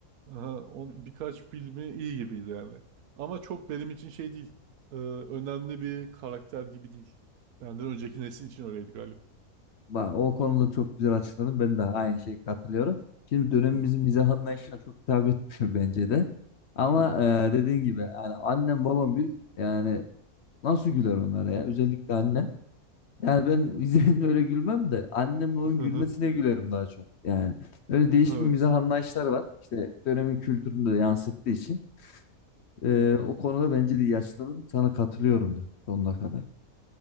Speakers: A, on the right; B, on the left.
A: Aha, on, birkaç filmi iyi gibiydi yani. Ama çok benim için şey değil. Ee, önemli bir karakter gibi değil. Benden önceki nesil için öyleydi galiba.
B: Bak, o konuda çok güzel açıkladın. Ben de aynı şeyi katılıyorum. Şimdi dönemimizin
A: <laughs> Hı hı,
B: mizah anlayışına çok hitap etmiş <laughs> bence de. Ama
A: hı hı.
B: e, dediğin gibi yani annem babam gül yani nasıl güler onlara ya? Özellikle annem. Yani ben <laughs> izlediğimde öyle gülmem de annemle onun
A: <laughs> Hı
B: gülmesine
A: hı,
B: gülerim daha çok. Yani öyle değişik
A: Evet.
B: bir mizah anlayışları var. İşte dönemin kültürünü de yansıttığı için. Ee,
A: Hı hı.
B: o konuda bence de iyi açıkladın. Sana katılıyorum da sonuna kadar.